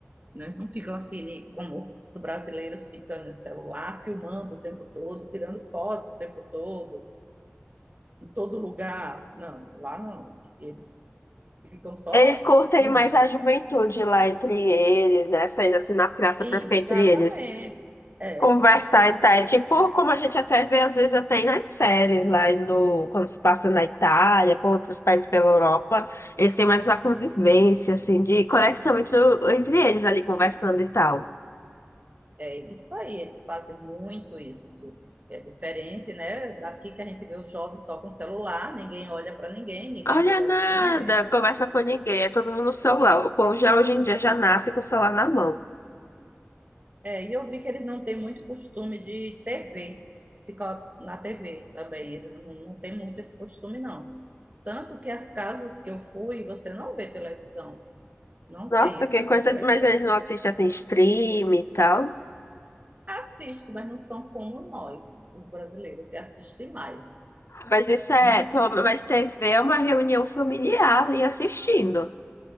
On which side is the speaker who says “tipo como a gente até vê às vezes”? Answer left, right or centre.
Left